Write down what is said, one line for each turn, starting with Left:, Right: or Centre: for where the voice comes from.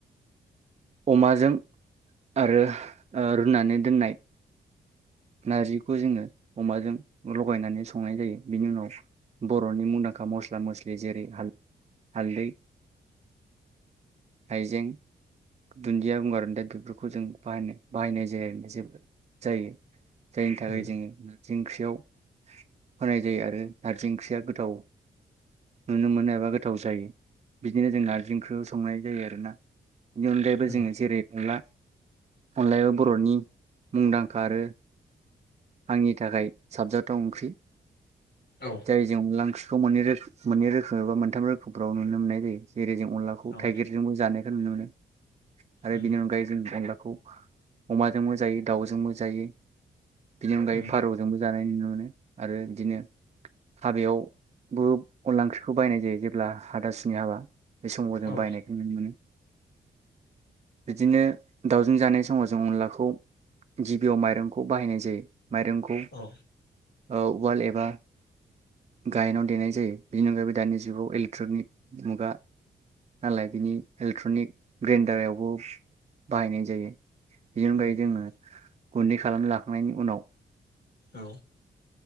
Right: अमाजों आरो ओ रुनानै दोननाय नारजिखौ जोङो अमाजों लगायनानै संनाय जायो बिनि उनाव बर'नि मुंदांखा मस्ला मस्लि जेरैाल हालदै हायजें दुन्दिया गंगार दा बेफोरखौ जों बाह बाहायनाय जाया जेबो जायो। जायनि थाखाय
Left: उम
Right: जोङो नारजि ओंख्रियाव होनाय जायो आरो नारजि ओंख्रिया गोथाव नुनो मोनो एबा गोथाव जायो। बिदिनो जों नारजि ओंख्रि संनाय जायो आरो ना। <unintelligible> जोङो
Left: उम
Right: जेरै नंला अनलायाबो बर'नि मुंदांखा आरो आंनि थाखाय साबजाथाव ओंख्रि
Left: औ
Right: जाय जों अनला ओंख्रि बे मोननै रोखोम मोननै रोखोम एबा मोनथाम रोखोमफ्राव नुनो मोननाय जायो जेरै जों अनलाखौ
Left: औ
Right: थाइगिरजोंबो जानायखौ नुनो मोनो आरो
Left: उम
Right: बेनि अनगायै जों अनलाखौ अमाजोंबो जायो दाउजोंबो जायो बिनि अनगायै
Left: उम
Right: फारौजोंबो जानाय नुनो मोनो आरो बिदिनो हाबायावबो अनला ओंख्रिखौ बायनाय जायो जेब्ला हाथासुनि हाबा बे समाव जों
Left: औ
Right: बाहायनायखौ नुनो मोनो बिदिनो दाउजों जानाय समाव जों अनलाखौ गिबियाव माइरंखौ बाहायनाय जायो माइरंखौ
Left: औ
Right: ओ उवाल एबा एबा गाहेनाव देनाय जायो बेनि अनगायैबो दानि जुगाव इलेक्ट्रनिक मुगा नालाय बिनि इलेक्ट्रनिक ग्रेन्डारावबो बाहायनाय जायो बेनि अनगायै
Left: उम
Right: जोङो
Left: उम
Right: गुन्दै खालामना लाखांनायनि उनाव
Left: औ